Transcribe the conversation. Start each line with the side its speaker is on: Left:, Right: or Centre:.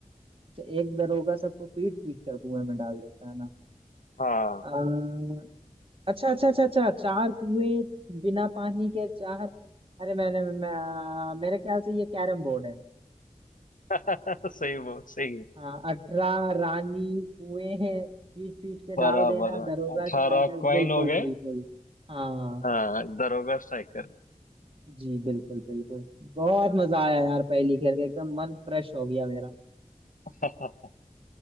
Right: अच्छा एक दरोगा सबको पीट पीट कर कुएं में डाल देता है
Left: हाँ
Right: ना अच्छा अच्छा अच्छा अच्छा चार कुएं बिना पानी के चार अरे मैंने मैं, मेरे ख्याल से ये कैरम बोर्ड है
Left: <laughs> सही वो सही है
Right: हाँ अठारह रानी कुएं हैं पीट पीट के डाल
Left: बराबर
Right: देना दरोगा
Left: अठारह
Right: स्ट्राइकर
Left: कॉइन
Right: बिल्कुल
Left: हो गए
Right: बिल्कुल हाँ
Left: हाँ दरोगा स्ट्राइकर
Right: जी बिल्कुल बिल्कुल बहुत मजा आया यार पहली खेल के एकदम मन फ्रेश हो गया मेरा
Left: <laughs>